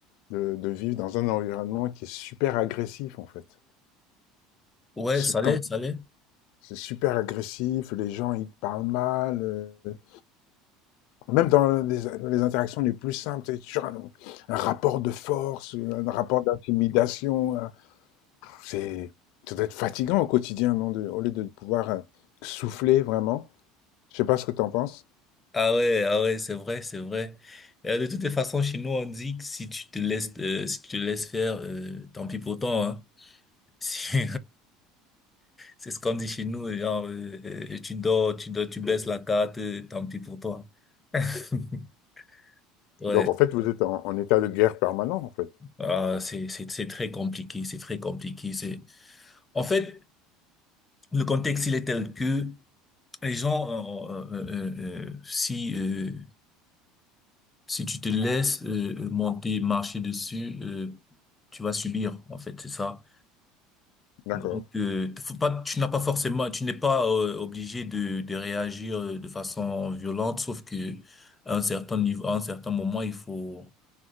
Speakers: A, on the left; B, on the left.
A: de, de vivre dans un environnement qui est super agressif en fait?
B: Ouais,
A: Sup-
B: ça
A: quand-
B: l'est, ça l'est.
A: C'est super agressif, les gens ils te parlent mal, euh, même dans les, dans les interactions les plus simples, c'est toujours un, un rapport de force, un rapport d'intimidation. C'est, ça doit être fatigant au quotidien, non, de- au lieu de pouvoir euh, souffler vraiment. Je sais pas ce que tu en penses.
B: Ah ouais, ah ouais, c'est vrai, c'est vrai. Euh, de toutes les façons, chez nous, on dit que si tu te laisses, euh, si tu te laisses faire, euh, tant pis pour toi, hein. <laughs> Si- C'est ce qu'on dit chez nous, genre, euh, euh, tu dors, tu dors, tu baisses la carte, euh, tant pis pour toi. <laughs> Ouais,
A: Donc en fait, vous êtes en, en état de guerre permanent, en fait.
B: Ah, c'est, c'est, c'est très compliqué, c'est très compliqué. C'est, en fait, le contexte, il est tel que les gens, euh, euh, euh, euh, euh, si, euh, si tu te laisses euh, monter, marcher dessus, euh, tu vas subir, en fait, c'est ça.
A: D'accord.
B: Donc, euh, faut pas, tu n'as pas forcément, tu n'es pas euh, obligé de, de réagir euh, de façon violente, sauf que à un certain niveau, à un certain moment, il faut